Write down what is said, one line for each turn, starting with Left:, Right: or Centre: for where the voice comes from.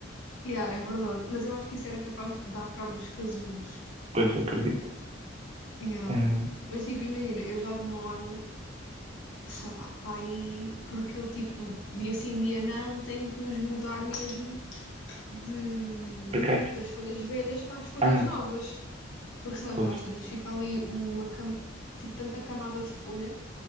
Left: Yeah, é verdade, mas eu acho que isso era capaz de dar cabo dos casulos.
Right: Pois, acredito.
Left: Yeah.
Right: Hum,
Left: Mas tipo, imagina, eu já demoro, sei lá, para aí, porque eu tipo, dia sim, dia não, tenho que os mudar mesmo de,
Right: por acaso.
Left: das folhas velhas para as folhas
Right: Ah,
Left: novas. Porque senão
Right: pois.
Left: aquilo às tantas fica ali uma, cam- tipo, tanta camada de folha